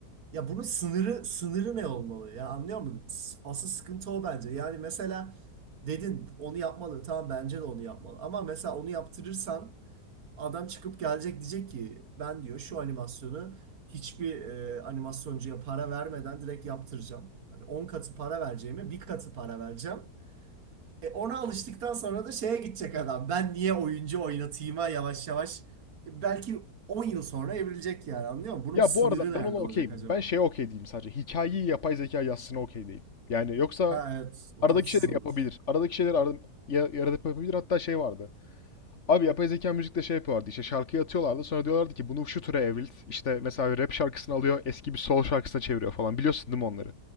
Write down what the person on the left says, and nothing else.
Ya
bu arada
ben ona okeyim.
Ben şeye okey değilim sadece. Hikayeyi yapay zeka yazsına okey değil. Yani yoksa
aradaki
şeyleri
yapabilir. Aradaki şeyleri arada, ya, yaradip yapabilir. Hatta şey vardı. Abi yapay zeka müzikte şey yapıyorlardı işte şarkıyı atıyorlardı sonra diyorlardı ki bunu şu türe evrilt. İşte mesela bir rap şarkısını alıyor eski bir soul şarkısına çeviriyor falan biliyorsun değil mi onları?